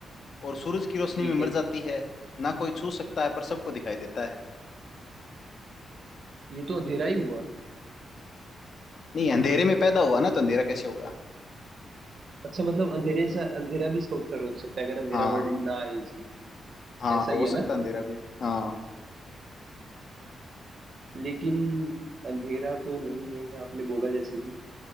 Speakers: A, on the left (about 60°); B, on the right (about 55°).
A: और सूरज की रोशनी
B: ठीक
A: में मर
B: है
A: जाती है ना कोई छू सकता है पर सबको दिखाई देता है
B: ये तो अंधेरा ही हुआ
A: नहीं अंधेरे में पैदा हुआ ना तो अंधेरा कैसे होगा
B: अच्छा मतलब अंधेरे से अंधेरा भी इसका उत्तर हो सकता है अगर अंधेरा
A: हाँ
B: वर्ड ही ना आए इसमें
A: हाँ
B: ऐसा
A: हो
B: ही है
A: सकता
B: ना
A: है अंधेरा भी हाँ
B: लेकिन अंधेरा तो नहीं है आपने बोला जैसे कि